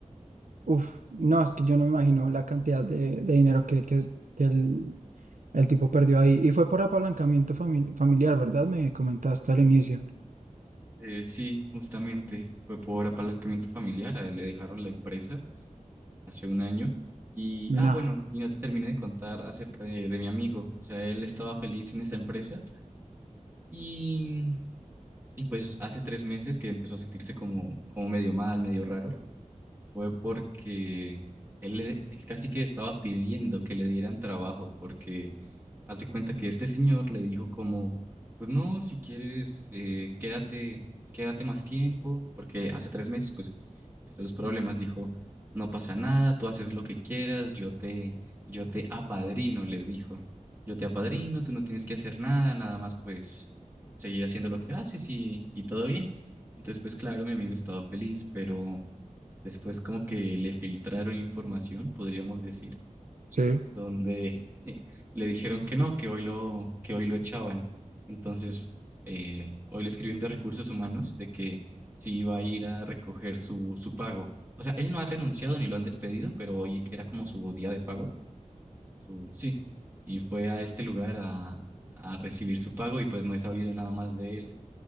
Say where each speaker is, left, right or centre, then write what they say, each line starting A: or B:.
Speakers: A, on the right; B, on the right.
A: Uf, no, es que yo no me imagino la cantidad de, de dinero que, que, que el, el tipo perdió ahí. Y fue por apalancamiento famili- familiar, ¿verdad? Me comentaste al inicio.
B: Eh, sí, justamente fue por apalancamiento familiar, a él le dejaron la empresa hace un año. Y,
A: No.
B: ah, bueno, y no te terminé de contar acerca de, de mi amigo. O sea, él estaba feliz en esa empresa y, y pues hace tres meses que empezó a sentirse como, como medio mal, medio raro. fue porque él, le- él casi que estaba pidiendo que le dieran trabajo, porque haz de cuenta que este señor le dijo como, pues no, si quieres, eh, quédate, quédate más tiempo, porque hace tres meses pues empezó los problemas, dijo, no pasa nada, tú haces lo que quieras, yo te, yo te apadrino, le dijo, yo te apadrino, tú no tienes que hacer nada, nada más pues seguir haciendo lo que haces y, y todo bien. Entonces, pues claro, mi amigo estaba feliz, pero Después como que le filtraron información, podríamos decir,
A: Sí.
B: donde <laughs> eh, le dijeron que no, que hoy lo, que hoy lo echaban. Entonces, eh, hoy le escribieron de recursos humanos de que sí iba a ir a recoger su, su pago. O sea, él no ha renunciado ni lo han despedido, pero hoy era como su día de pago, su, sí, y fue a este lugar a, a recibir su pago y pues no he sabido nada más de él.